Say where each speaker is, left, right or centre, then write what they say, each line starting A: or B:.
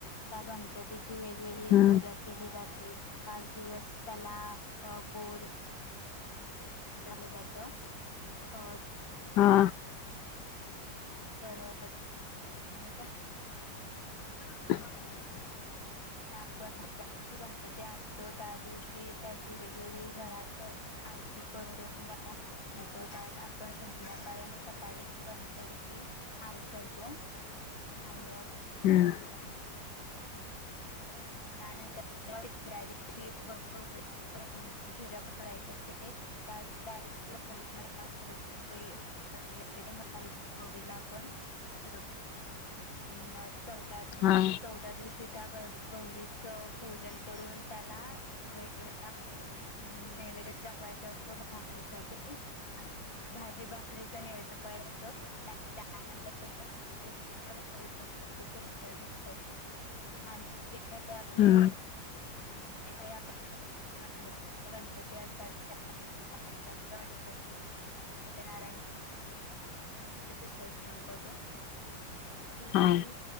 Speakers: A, on the left (about 85°); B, on the left (about 70°).
A: त्या गणपतीची वेगवेगळी
B: हम्म
A: पूजा केली जाते. पाच दिवस त्याला गोड लं जात अ
B: हा
A: परत आणि काय
B: <unintelligible>
A: आपण ज्या दिवशी गणपती आणतो त्या दिवशी त्याची वेगवेगळी घरात आरती करू <inaudible> येतो आपण संध्याकाळी आणि सकाळी गणपतीची आरती करतो आणि
B: ह.
A: हो. त्यानंतर तिसऱ्या दिवशी ग ग गवळीची पूजा करायची असते. त्या त्या दिव. <unintelligible> आणि चौथ
B: हा
A: चौथ्या दिवशी. त्या ग गौरीचं पूजन करून त्याला वेगळळा. अम नैवेद दाखवायचा असतो भाकरीचा तेल आणि. भाजी भाकरीच नैवेद्य कयसं. त्यानंतरौरी पती विसर्जन करतो. आणि जे काही आपले
B: हम्म
A: जे काही आपले. गणपती असतात त्यािवा आठ. सत्यनारायण विसर्जन करतो. दिवशी
B: हा